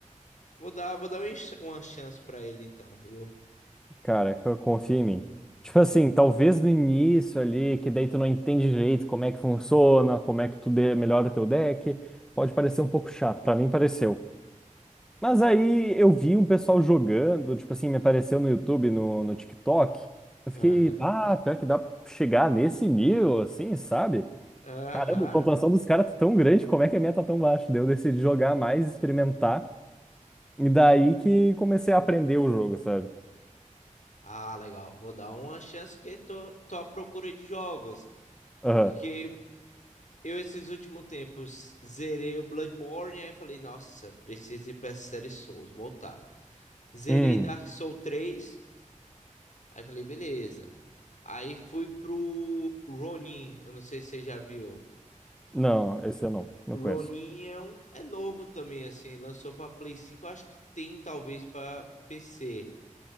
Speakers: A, on the left; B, in the centre.
A: Vou dar, vou dar um enx- uma chance pra ele então, viu?
B: Cara, co- confia em mim. Tipo assim, talvez no início ali, que daí tu não entende direito como é que funciona, como é que tu de- melhora o teu deck, pode parecer um pouco chato, pra mim pareceu. Mas aí eu vi um pessoal jogando, tipo assim, me apareceu no YouTube, no, no TikTok. Eu
A: Aham.
B: fiquei, ah, pior que dá pra chegar nesse nível, assim, sabe?
A: Aham.
B: Caramba, a pontuação dos caras tá tão grande, como é que a minha tá tão baixa? Daí eu decidi jogar mais, experimentar, e daí que comecei a aprender o jogo, sabe?
A: Ah, legal. Vou dar uma chance que tô, tô à procura de jogos,
B: Aham.
A: porque eu esses últimos tempos zerei o Bloodborne aí falei, nossa, preciso ir pra essa série Souls, voltar. Zerei
B: Uhum.
A: Dark Souls três aí falei, beleza. Aí fui pro Ronin, eu não sei se você já viu.
B: Não, esse eu não, não
A: Ronin
B: conheço.
A: é, um, é novo também, assim, lançou pra Play cinco eu acho que tem talvez pra PC.